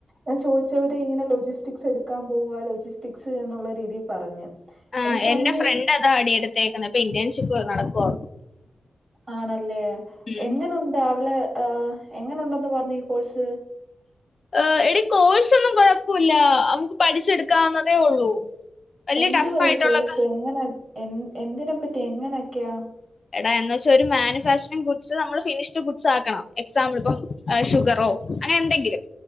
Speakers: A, on the right (about 40°); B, on the left (about 40°).
A: ഞാൻ ചോദിച്ചവര് ഇങ്ങനെ ലോജിസ്റ്റിക്സ് എടുക്കാൻ പോവാ ലോജിസ്റ്റിക്സ് എന്നുള്ള രീതീൽ പറഞ്ഞു.
B: ആ
A: എനിക്കാണെങ്കിൽ
B: എന്റെ ഫ്രണ്ട് അതാടീ എടുത്തേക്കുന്നത് ഇപ്പൊ ഇന്റേൺഷിപ്പ് നടക്കുവ
A: ആണല്ലേ
B: ഉം.
A: എങ്ങനുണ്ട് അവളെ ഏഹ് എങ്ങനെുണ്ടെന്ന് പറഞ്ഞു ഈ കോഴ്സ്
B: ഏഹ് എടി കോഴ്സൊന്നും കെഴപ്പല്ല നമുക്ക് പഠിച്ചെടുക്കാവുന്നതേ ഉള്ളൂ. വലിയ
A: എന്തുവാ
B: ടഫ് ആയിട്ടുള്ള
A: ഈ കോഴ്സ്
B: ക-
A: എങ്ങനെ എ എന്തിനെപ്പറ്റി എങ്ങനെക്കെയാ?
B: എടാ എന്ന് വെച്ചാ ഒരു മാനുഫാക്ചറിംഗ് ഗുഡ്സ് നമ്മള് ഫിനിഷ്ഡ് ഗുഡ്സ് ആക്കണം എക്സാമ്പിൾ ഇപ്പം ഷുഗറോ അങ്ങനെ എന്തെങ്കിലും